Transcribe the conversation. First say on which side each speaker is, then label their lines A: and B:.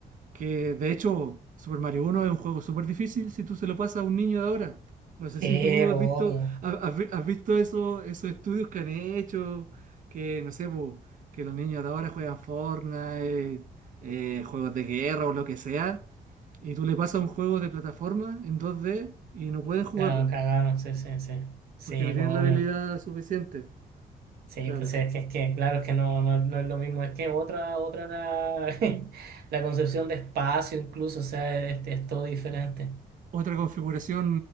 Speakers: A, on the right; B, on the right.
A: Que de hecho, Super Mario uno es un juego súper difícil si tú se lo pasas a un niño de ahora. No sé
B: Sí,
A: si tú
B: po,
A: has
B: obvio.
A: visto, ha- has, vi- has visto eso- esos estudios que han hecho, que no sé, po, que los niños de ahora juegan Fortnite, eh, juegos de guerra o lo que sea, y tú le pasas un juego de plataforma en 2D y no pueden jugarlo,
B: Claro, cagaron, sí, sí, sí. Sí,
A: porque no
B: po,
A: tienen la
B: obvio.
A: habilidad suficiente,
B: Sí,
A: claro.
B: pues es que, es que claro, es que no, no, no es lo mismo. Es que otra, otra la, <laughs> la concepción de espacio incluso, o sea, este, es todo diferente.
A: Otra configuración